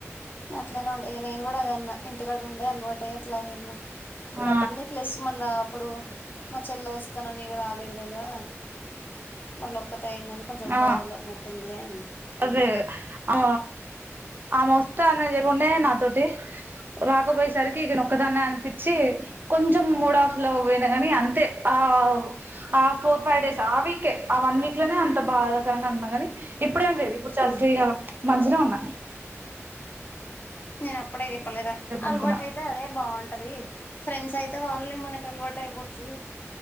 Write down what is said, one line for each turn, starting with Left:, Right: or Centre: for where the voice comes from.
Left: అట్లనే ఉండే ఇగ నేను గూడా అదే అన్న ఇంటికాడ ఉండే అలవాటు అయి అట్లా ఆయున్
Right: ఆ
Left: నట్టుంది ప్లస్ మళ్ళా అప్పుడు మ చెల్లె వస్తాననిగ రాలేదు గదా మళ్ళ ఒక్క తైందని కొంచెం
Right: ఆ
Left: బాధలో ఉన్నటుంది లె అన్న
Right: అదే ఆ ఆమె ఒస్థా అన్న <unintelligible> ఉన్నే నాతోటి రాకపోయేసరికి ఇ నోక్కదాన్నే అనిపించి కొంచెం మూడాఫ్ లో పోయిన గనీ అంతే ఆ ఆ ఆ ఫోర్ ఫై డేస్ ఆ వీకే ఆ వన్ వీక్లనే అంత బా బాధకరంగా అన్నా గని ఇప్పుడేం లేదు ఇప్పుడు చాలా ఫ్రీగా మంచినే ఉన్న
Left: నేను అప్పుడే చెప్పలేదా అల్వాటైతే
Right: అనుకున్నా
Left: అదే బాగుంటది ఫ్రెండ్స్ అయితే వాళ్ళే మనక్ కలవాటైపోతది